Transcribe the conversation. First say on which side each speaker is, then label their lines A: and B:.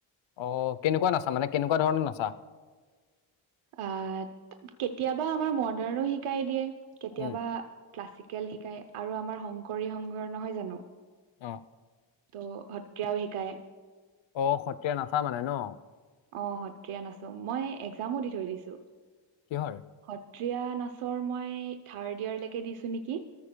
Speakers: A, on the left (about 65°); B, on the right (about 85°).
A: অ কেনেকুৱা নাচা মানে কেনেকুৱা ধৰণৰ নাচা?
B: আহ কেতিয়াবা আমাৰ মডাৰ্ণো শিকাই দিয়ে, কেতিয়াবা
A: উম
B: ক্লাছিকেল শিকাই আৰু আমাৰ শংকৰী সংঘৰ নহয় জানো
A: অঁ।
B: ত' সত্ৰীয়াও শিকায়।
A: অ সত্ৰীয়া নাচা মানে ন?
B: অ সত্ৰীয়া নাচুং, মই একজামো দি থৈ দিছো।
A: কিহৰ?
B: সত্ৰীয়া নাচৰ মই থাৰ্ড ইয়াৰলেকে দিছো নেকি।